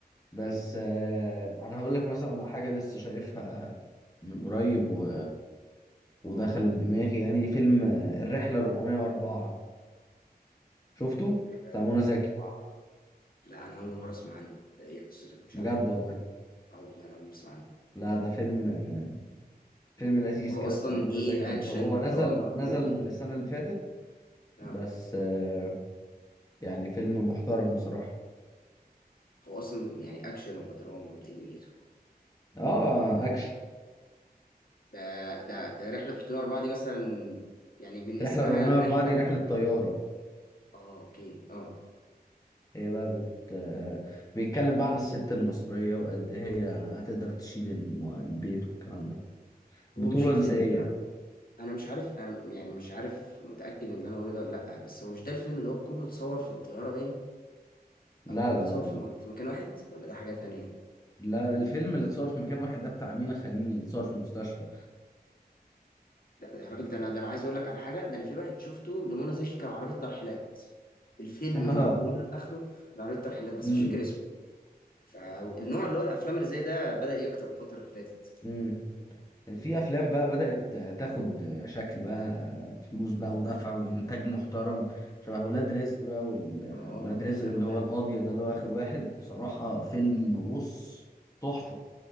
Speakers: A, on the left; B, on the left.
A: بس
B: امم
A: آه انا هقول لك مثلا على حاجة لسه شايفها من قريب و... ودخلت
B: أمم.
A: دماغي يعني فيلم آه، الرحلة 404 شفته
B: حلو،
A: بتاع منى
B: أمم.
A: زكي
B: آه. لا انا اول مره اسمع عنه لا، ايه قصته مش
A: بجد
B: عارفه
A: والله
B: اه والله انا اول مره اسمع عنه
A: لا ده فيلم آه، فيلم لذيذ
B: هو
A: كده
B: اصلا
A: بتاع منى
B: ايه
A: زكي
B: اكشن
A: هو هو
B: دراما
A: نزل نزل
B: كوميدي
A: السنة اللي فاتت
B: اه
A: بس آه، يعني فيلم محترم بصراحة
B: هو اصلا يعني اكشن ولا دراما ولا ايه دنيته
A: اه اكشن
B: ده ده رحلة 304 دي مثلا يعني من اسمها
A: رحلة 404
B: الرحلة
A: دي رحلة طيارة
B: اه اوكي اه
A: هي بقى بت آه، بيتكلم بقى عن الست المصرية وقد إيه هي هتقدر تشيل الم- البيت والكلام ده بطولة
B: هو مش الفيلم
A: نسائية يعني
B: انا مش عارف انا يعني مش عارف متأكد ان اللي انا بقوله ده ولا لا بس هو مش ده الفيلم اللي هو كله اتصور في الطيارة باين
A: لا
B: او كله
A: لا
B: اتصور في من- في مكان واحد ولا ده حاجة تانية
A: لا الفيلم اللي اتصور في مكان واحد ده بتاع أمينة خليل اتصور في مستشفى
B: لا يا راجل ده انا ده انا عايز اقول لك على حاجة ده انا في واحد شفته لمنى زكي كان عربية ترحيلات الفيلم
A: <laughs> اه
B: من اوله لاخره كان عربية ترحيلات بس
A: امم
B: مش فاكر اسمه فالنوع اللي هو الافلام اللي زي ده بدأ يكتر الفترة اللي فاتت
A: امم. في افلام بقى بدأت تاخد شكل بقى فلوس بقى ودفع وانتاج محترم شبه ولاد رزق بقى وال-
B: اه
A: ولاد رزق
B: لا
A: اللي
B: اولاد
A: هو القاضية ده اللي هو اخر واحد بصراحة فيلم بص تحفة